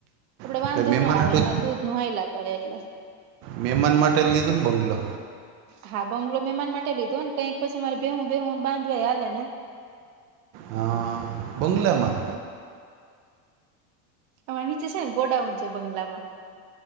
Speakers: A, on the right; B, on the right.
A: આપડે
B: એટલે
A: વાંધો
B: મહેમાન
A: ન આવે
B: હાટુ
A: અમારે
B: જ
A: દૂધ નું હલા કરે એટલે
B: મહેમાન માટે લીધું ને બંગલો
A: હા બંગ્લો મહેમાન માટે લીધો ને કઈક પછી મારે બેહું બેહવ બાંધવા હાલે ને
B: હા બંગલામાં
A: આ નીચે છે ને ગોડાઉ છે બંગ્લામાં